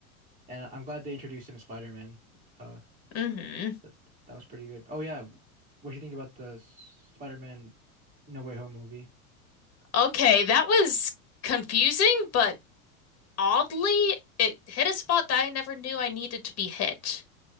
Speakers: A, on the right (about 15°); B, on the left (about 35°).
A: And I'm glad they introduced him as Spider-Man. Uh
B: hmm
A: that that was pretty good. Oh yeah, what do you think about the S- Spider-Man No Way Home movie?
B: Okay, that was confusing, but Oddly, it hit a spot that I never knew I needed to be hit.